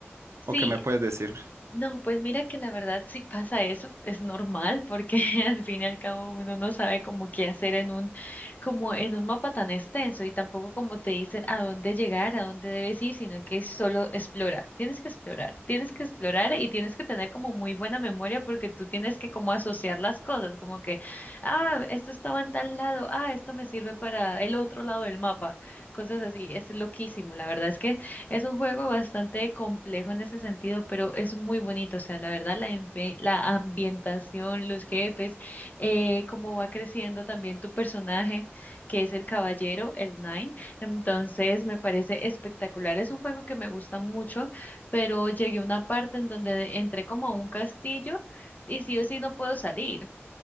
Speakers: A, on the left; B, on the right.
A: Sí,
B: ¿o qué me puedes decir?
A: No, pues mira que la verdad si pasa eso, es normal porque <laughs> al fin y al cabo uno no sabe como qué hacer en un, como en un mapa tan extenso y tampoco como te dicen a dónde llegar, a dónde debes ir, sino que solo explora, tienes que explorar, tienes que explorar y tienes que tener como muy buena memoria porque tú tienes que como asociar las cosas, como que, ah, esto estaba en tal lado, ah, esto me sirve para el otro lado del mapa, cosas así, es loquísimo, la verdad es que es un juego bastante complejo en ese sentido, pero es muy bonito. O sea, la verdad, la, ambi- la ambientación, los jefes, eh, cómo va creciendo también tu personaje, que es el caballero, el Nine. Entonces, me parece espectacular. Es un juego que me gusta mucho, pero llegué a una parte en donde entré como a un castillo y sí o sí no puedo salir